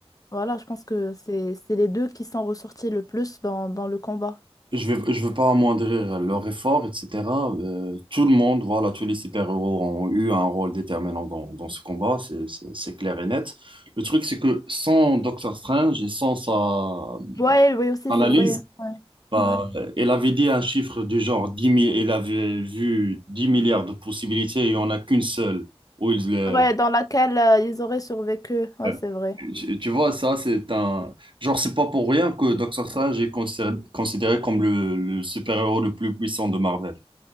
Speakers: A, on the left (about 35°); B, on the right (about 55°).
A: voilà, je pense que c'est c'est les deux qui sont ressortis le plus dans, dans le combat.
B: Et Je vais, je veux pas amoindrir leur effort, etc. Euh, tout le monde, voilà, tous les super-héros ont eu un rôle déterminant dans, dans ce combat, c'est c'est- c'est clair et net. Le truc, c'est que sans Doctor Strange et sans sa
A: Ouais, oui aussi,
B: analyse,
A: c'est vrai. Ouais.
B: Bah,
A: Ouais.
B: elle avait dit un chiffre du genre dix 000, elle avait vu 10 milliards de possibilités et il n'y en a qu'une seule. Où ils, euh,
A: Ouais, dans laquelle euh, ils auraient survécu. Ouais,
B: ouais.
A: c'est vrai.
B: Tu, tu vois, ça, c'est un. Genre, c'est pas pour rien que Doctor Strange est considéré, considéré comme le, le super-héros le plus puissant de Marvel.